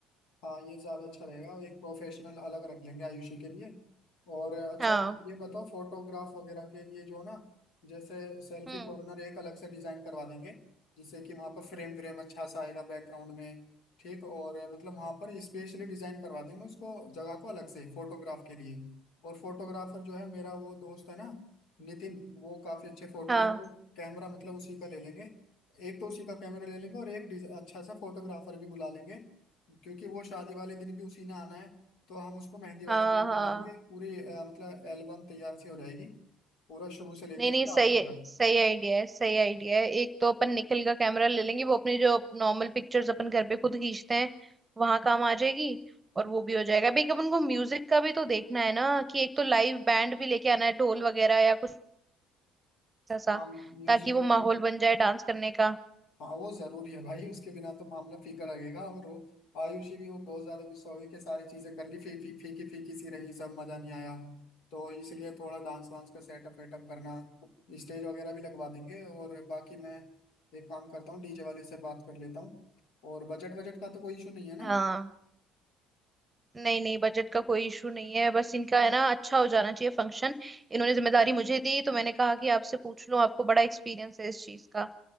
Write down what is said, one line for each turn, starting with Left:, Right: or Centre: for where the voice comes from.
Left: हाँ ये ज्यादा अच्छा रहेगा एक प्रोफेशनल अलग रख लेंगे आयुषी के लिए और अच्छा
Right: हाँ
Left: ये बताओ फोटोग्राफ वगैरह के लिए जो ना जैसे सेल्फी
Right: हम्म
Left: कॉर्नर एक अलग से डिजाइन करवा देंगे जिससे कि वहाँ पर फ्रेम व्रेम अच्छा सा आएगा बैकग्राउंड में ठीक और मतलब वहाँ पर स्पेशली डिजाइन करवा देंगे उसको जगह को अलग से फोटोग्राफ के लिए और फोटोग्राफर जो है मेरा वो दोस्त है ना नितिन वो काफी अच्छे फोटो
Right: हाँ
Left: हैं तो कैमरा मतलब उसी का ले लेंगे एक तो उसी का कैमरा ले लेंगे और एक डिज- अच्छा सा फोटोग्राफर भी बुला लेंगे क्योंकि वो शादी वाले दिन भी उसी ने आना है तो हम उसको मेहंदी वाले
Right: हाँ
Left: दिन भी
Right: हाँ
Left: बना देंगे एक पूरी अ, मतलब एल्बम तैयार सी हो जाएगी पूरा शुरू से लेकर
Right: नहीं नहीं
Left: के
Right: सही
Left: आखिर
Right: है
Left: तक
Right: सही आइडिया है सही आइडिया है एक तो अपन निकल का कैमरा ले लेंगे वो अपनी जो नॉर्मल पिक्चर्स अपन घर पे खुद खींचते हैं वहां काम आ जाएगी और वो भी हो जाएगा अभी एक अपन को म्यूजिक का भी तो देखना है ना कि एक तो लाइव बैंड भी लेके आना है ढोल वगैरह या कुछ ऐसा
Left: हाँ म्यूजिक
Right: ताकि वो
Left: का
Right: माहौल
Left: तो
Right: बन जाए डांस करने का
Left: हाँ वो जरूरी है भाई उसके बिना तो मामला फीका लगेगा और वो आयुषी भी वो बहुत ज्यादा गुस्सा हो गई कि सारी चीजें कर ली फी, फी, फीकी फीकी सी रही सब मजा नहीं आया तो इसलिए थोड़ा डांस वांस का सेटअप वेटअप करना स्टेज वगैरह भी लगवा देंगे और बाकी मैं एक काम करता हूँ डीजे वाले से बात कर लेता हूँ और बजट बजट का तो कोई इशू नहीं है ना
Right: हाँ नहीं नहीं बजट का कोई इशू नहीं है बस इनका है ना अच्छा हो जाना चाहिए फंक्शन इन्होंने जिम्मेदारी मुझे दी तो मैंने कहा कि आपसे पूछ लूं आपको बड़ा एक्सपीरियंस है इस चीज का